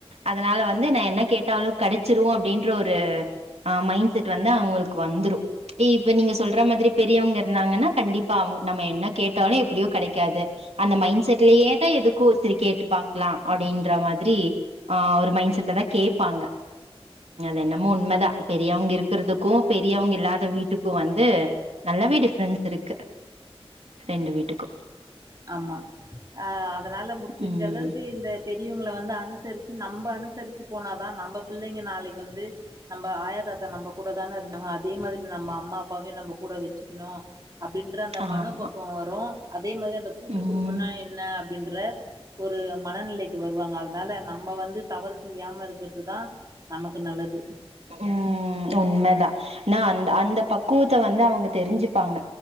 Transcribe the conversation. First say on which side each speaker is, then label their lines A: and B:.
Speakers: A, on the right; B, on the right.
A: அதனால வந்து நா என்ன கேட்டாலு கடச்சிரு அப்டின்ற ஒரு ஆ மைண்ட் செட் வந்து அவுங்களுக்கு வந்துரு இப்ப நீங்க சொல்ற மாதிரி பெரியவங்க இருந்தாங்கன்னா கண்டிப்பா அவுங் நம்ம என்ன கேட்டாலு எப்டியு கடைக்காது அந்த மைண்ட் செட்லயே தா எதுக்கு செரி கேட்டு பாக்கலா அப்டின்ற மாதிரி ஆ ஒரு மைண்ட் செட்ல தா கேப்பாங்க அது என்னமோ உண்மதா பெரியவங்க இருக்கறதுக்கு பெரியவங்க இல்லாத வீட்டுக்கு வந்து நல்லாவே டிஃபரன்ஸ் இருக்கு ரெண்டு வீட்டுக்கு
B: ஆமா ஆ அதனால முடிஞ்ச
A: ம்
B: அளவுக்கு இந்த பெரியவங்கள வந்து அனுசரிச்சு நம்ப அனுசரிச்சு போனாதா நம்ப பிள்ளைங்க நாளைக்கு வந்து நம்ப ஆயா தாத்தா நம்ப கூட தான இருந்தாங்க அதே மாதிரி நம்ப அம்மா அப்பாவயு நம்ப கூடோ வெச்சிக்கிணு அப்டின்ற அந்த
A: ஆமா
B: மனோ பக்குவோ வரு அதே மாரி கூட்டு
A: ம்
B: குடும்பம்னா என்னா அப்டின்ற ஒரு மனநிலைக்கு வருவாங்க அதனால நம்ம வந்து தவறு செய்யாம இருக்கறதுதா நமக்கு நல்லது
A: ம் உண்மதா நா அந் அந்த பக்குவத்த வந்து அவுங்க தெரிஞ்சிப்பாங்க